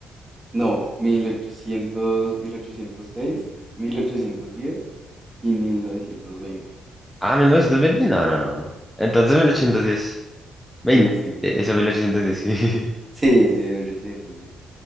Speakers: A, on the right; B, in the centre.
A: No, mil mil ochocientos, mil ochocientos seis, mil ochocientos diez y 1920.
B: Ah, 1920 no, no, no. Entonces 1810, 20,
A: Sí, sí, bien,
B: eh, eso
A: bien.
B: 1810, sí. <laughs>
A: Sí, sí, 1810.